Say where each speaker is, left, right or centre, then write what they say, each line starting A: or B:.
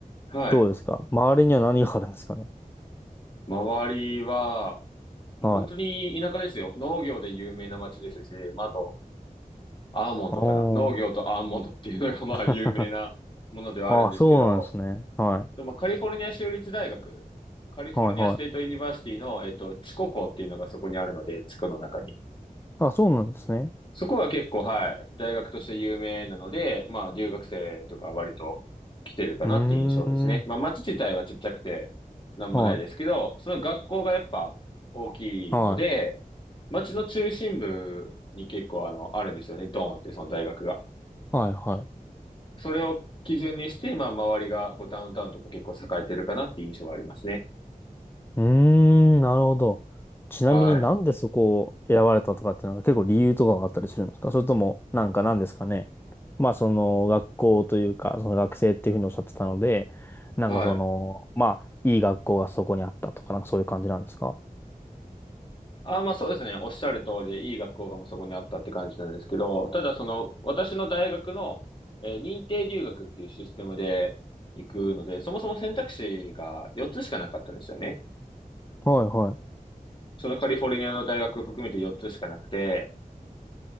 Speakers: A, on the left (about 35°); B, on the left (about 15°).
A: はい。
B: どうですか周りには何があるんですかね
A: 周りは、もう本当に田舎ですよ。
B: はい。
A: 農業で有名な町ですし、まあ、あと、アーモンドかな。
B: あー
A: 農業とアーモンドっていうのが、まあ、
B: <laughs>
A: 有名なものではあるんですけど、
B: あ、そうなんですね。はい。
A: でもカリフォルニア州立大学、カリフォルニアステートユニバーシティの、
B: はい、はい。
A: えっと、地コ校っていうのがそこにあるので、地区の中に。
B: あ、そうなんですね。
A: そこは結構、はい、大学として有名なので、まあ、留学生とか割と来てるかなっていう印象ですね。
B: うーん。
A: まあ、町自体はちっちゃくて、なんもないですけど、
B: はい。
A: その学校がやっぱ大きいので、
B: はい。
A: 町の中心部に結構あの、あるんですよね。ドーンってその大学が。
B: はい、はい。
A: それを基準にして、まあ、周りがこうダウンタウンとか結構栄えてるかなっていう印象がありますね。
B: うーん、なるほど。ちなみになんでそこを選ばれたとかっていうのは結構理由とかがあったりするんですかそれとも、
A: はい。
B: なんか何ですかね。まあその学校というか、その学生っていうふうにおっしゃってたので、なんかその、
A: はい。
B: まあいい学校がそこにあったとか、なんかそういう感じなんですか
A: あー、まあそうですね。おっしゃる通りで、いい学校がもうそこにあったって感じなんですけど、ただその、私の大学の、えー認定留学っていうシステムで行くので、そもそも選択肢が4つしかなかったんですよね。
B: はいは
A: そのカリフォルニアの大学含めて4つしかなくて、